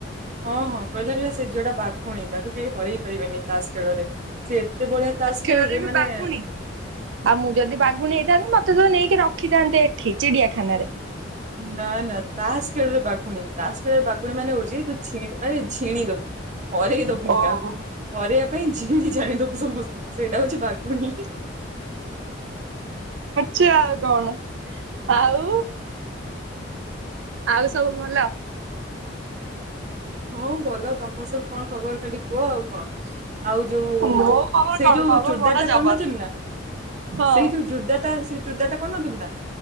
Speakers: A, on the right; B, on the right.
A: ହଁ ହଁ କହିଲା କହିଲା ସେ ଝିଅଟା ବାଘୁଣୀ ତାକୁ କେହି ହରେଇ ପାରିବେନି ତାସ୍ ଖେଳରେ ସିଏ। ଏତେ ବଢ଼ିଆ ତାସ୍
B: ଖେଳରେ
A: ଖେଳେ ଯେ
B: ବି
A: ମାନେ।
B: ବାଗୁଣୀ। ଆଉ ମୁଁ ଯଦି ବାଘୁଣୀ ହେଇଥାନ୍ତି ମତେ ତ ନେଇକି ରଖିଥାନ୍ତେ ଏଠି ଚିଡ଼ିଆ ଖାନାରେ।
A: ନା ନା ତାସ୍ ଖେଳରେ ବାଘୁଣୀ ତାସ୍ ଖେଳରେ ବାଘୁଣୀ ମାନେ ହଉଛି <inaudible> ଝିଣିଦବୁ ହରେଇ ଦବୁନି
B: ହୁଁ
A: କାହାକୁ ହରେଇବା ପାଇଁ ଝିଣି ଝାଣି ଦବୁ। ସମସ୍ତିଙ୍କୁ ସେଇଟା ହଉଛି ବାଘୁଣୀ।
B: ସିଏ କଣ ଆଉ ଆଉ ସବୁ ଭଲ।
A: ହଁ ଭଲ ତ ତମର ସବୁ କଣ ଖବର ଖାଲି କୁହ ଆଉ କଣ? ଆଉ ଯୋଉ
B: ମୋ ଖବର
A: ସେଇ
B: କଣ
A: ଯୋଉ
B: ଖବର
A: ଚୁଡ଼ିଦାର୍
B: ବଡ
A: ଟା
B: ଜବର
A: କରୁନଥିଲି ନା।
B: ହଁ।
A: ସେଇ ଜୋଉ ଯୁଡ୍ଦାର୍ ସେ ଚୁର୍ଦାର୍ କରନଥିଲ ନା